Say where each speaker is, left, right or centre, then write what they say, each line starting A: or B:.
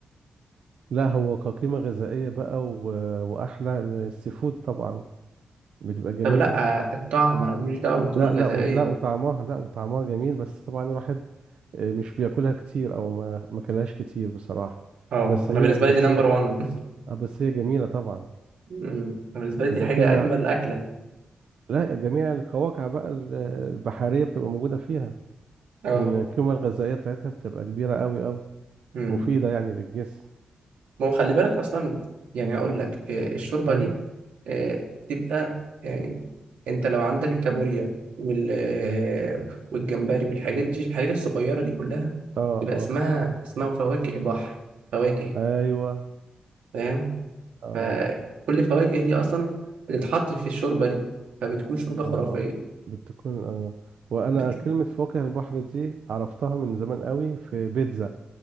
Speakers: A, on the right (about 60°); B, on the right (about 85°).
A: لا هو كقيمة غذائية بقى و... وأحلى السي فود طبعا بتبقى جميلة
B: طب لا الطعم أنا ماليش دعوة بالقيمة
A: لا
B: الغذائية
A: لا و- لا وطعمها لا وطعمها جميل بس طبعا الواحد آه، مش بياكلها كتير أو ما ما كلهاش كتير بصراحة
B: اه
A: بس
B: أنا
A: هي
B: بالنسبة
A: بس
B: لي دي نمبر
A: هي
B: 1 <laughs>
A: اه بس هي جميلة طبعا
B: أنا بالنسبة لي
A: بيبقى
B: دي حاجة
A: فيها
B: أجمل أكلة
A: لا جميع القواقع بقى ال- البحرية بتبقى موجودة فيها
B: اه
A: القيمة الغذائية بتاعتها بتبقى كبيرة أوي أوي
B: أمم.
A: مفيدة يعني للجسم
B: ما هو خلي بالك اصلا يعني اقول لك آه، الشوربه
A: أيوه
B: دي آه، بتبقى يعني انت لو عندك الكابوريا وال آه، والجمبري والحاجات دي الحاجات الصغيره دي كلها
A: اه
B: يبقى
A: اه
B: اسمها اسمها فواكه بحر فواكه
A: أيوه
B: فاهم
A: اه
B: فكل الفواكه دي اصلا بتتحط في الشوربه دي فبتكون شوربه خرافيه
A: اه بتكون اه وأنا
B: بت...
A: كلمة فواكه البحر دي عرفتها من زمان أوي في بيتزا